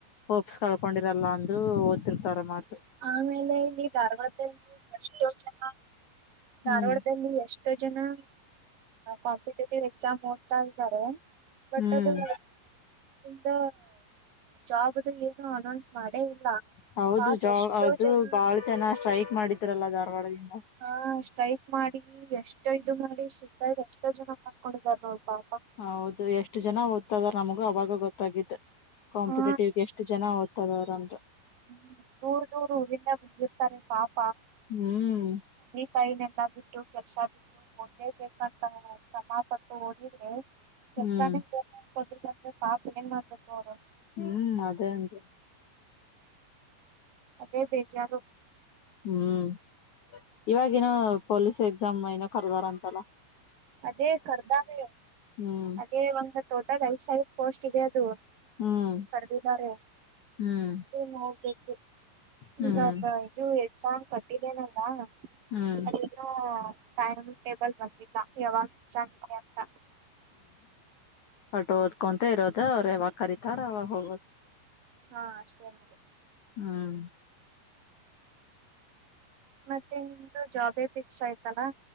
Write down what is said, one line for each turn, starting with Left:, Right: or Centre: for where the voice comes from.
Left: ಹೋಪ್ಸ್ ಕಳ್ಕೊಂಡಿರಲ್ಲ ಅಂದ್ರು. ದ್ರು ಓದ್ತೀರ್ಥಾರೆ ಮಾಡ್ತ್.
Right: ಆಮೇಲೆ ಇಲ್ಲಿ ಧಾರವಾಡದಲ್ಲಿ ಎಷ್ಟೋ ಜನಾ. ಧಾರವಾಡದಲ್ಲಿ
Left: ಹ್ಮ್
Right: ಎಷ್ಟೋ ಜನಾ. ಕಾಂಪಿಟೇಟಿವ್ ಎಕ್ಸಾಮ್ ಓದ್ತಾ ಇದಾರೆ ಬಟ್
Left: ಹ್ಮ್
Right: ಅದು. ದ ಜಾಬ್ದ ಏನು ಅನೌನ್ಸ್ ಮಾಡೇ ಇಲ್ಲಾ.
Left: ಹೌದು
Right: ಪಾಪ
Left: ಜ
Right: ಎಷ್ಟೋ
Left: ಅದು
Right: ಜನ
Left: ಬಾಳ ಜನಾ ಸ್ಟ್ರೈಕ್ ಮಾಡಿದ್ರಲ್ಲ ಧಾರವಾಡದಿಂದ.
Right: ಹಾ ಸ್ಟ್ರೈಕ್ ಮಾಡಿ ಎಷ್ಟು ಇದು ಮಾಡಿ ಸೂಸೈಡ್ ಎಷ್ಟೋ ಜನ ಮಾಡ್ಕೊಂಡಿದ್ದಾರ ನೋಡ್ ಪಾಪ್.
Left: ಹೌದು ಎಷ್ಟು ಜನಾ ಓದ್ತಾಯಿದಾರ್ ನಮ್ಗು ಅವಾಗ ಗೊತ್ತಾಗಿದ್ದ. ಕಾಂಪಿಟೇಟಿವ್ಗೆ
Right: ಆ
Left: ಎಷ್ಟ ಜನಾ ಓದ್ತಾವ್ರಂತ.
Right: ಹ್ಮ್ ದೂರ್ ದೂರ್ ಊರಿಂದ ಬಂದಿರ್ತಾರೆ ಪಾಪ್.
Left: ಹ್ಮ್.
Right: ತಯನೆೆಲ್ಲಾ ಬಿಟ್ಟು ಕೆಲ್ಸಾ ಬಿಟ್ಟು ಓದಲೇಬೇಕಂತಾ ಶ್ರಮಾ ಪಟ್ಟು ಓದಿದ್ರೆ. ಕೆಲ್ಸಾನೇ
Left: ಹ್ಮ್
Right: ಗವರ್ನಮೆಂಟ್ ಕೊಡ್ಲಿಲ್ಲಾ ಅಂದ್ರೆ ಪಾಪ ಏನ್ ಮಾಡ್ಬೇಕು ಅವ್ರು.
Left: ಹ್ಮ್ ಅದೇ ಅಂದೇ.
Right: ಅದೇ ಬೇಜಾರೂ.
Left: ಹ್ಮ್ ಇವಾಗೆನೋ ಪೊಲೀಸ್ ಎಕ್ಸಾಮ್ ಏನೋ ಕರ್ದಾರ ಅಂತಲ್ಲಾ.
Right: ಅದೇ ಕರ್ದಾರೆ.
Left: ಹ್ಮ್
Right: ಅದೇ ಒಂದ್ ಟೋಟಲ್ ಐದಸಾವಿರ್ ಪೋಸ್ಟ್ ಇದೆ ಅದು
Left: ಹ್ಮ್
Right: ಕರದಿದ್ದಾರೆ.
Left: ಹ್ಮ್
Right: ಇನ್ನ ಹೋಗ್ಬೇಕು
Left: ಹ್ಮ್
Right: ಇನ್ನ ಅ ಇದು ಎಕ್ಸಾಮ್ ಕ. ಇದೇನಲ್ಲಾ
Left: ಹ್ಮ್
Right: ಅದಿನ್ನು ಟಾಯಮ್ ಟೇಬಲ್ ಬಂದಿಲ್ಲಾ. ಯವಾಗ್ ಎಕ್ಸಾಮ್ ಇದೆಂತಾ.
Left: ಒಟ್ಟ ಓದ್ಕೊಂತ ಇರೋದ ಅವ್ರ ಯಾವಾಗ್ ಕರೀತಾರ ಅವಾಗ ಹೋಗೋದ.
Right: ಹಾ ಅಷ್ಟೇ ನೋಡು.
Left: ಹ್ಮ್.
Right: ಮತ್ತೆ ನಿಮ್ದು ಜಾಬೇ ಫಿಕ್ಸ್ ಆಯ್ತಲ್ಲಾ